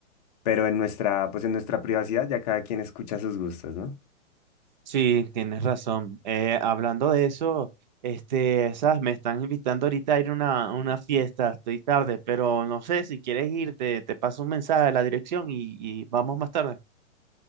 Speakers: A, on the left; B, on the right.
A: Pero en nuestra, pues en nuestra privacidad ya cada quien escucha sus gustos, ¿no?
B: Sí, tienes razón. Eh, hablando de eso, este, sabes, me están invitando ahorita a ir a una, a una fiesta, estoy tarde, pero no sé, si quieres ir, te, te paso un mensaje a la dirección y, y vamos más tarde.